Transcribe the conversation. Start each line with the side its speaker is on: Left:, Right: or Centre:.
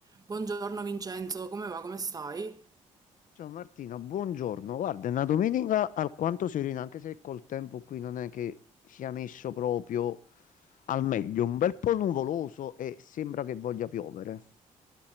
Right: Buongiorno Vincenzo, come va? Come stai?
Left: Ciao Martina, buongiorno. Guarda, è una domenica alquanto serena, anche se col tempo qui non è che sia messo proprio al meglio. Un bel po' nuvoloso e sembra che voglia piovere.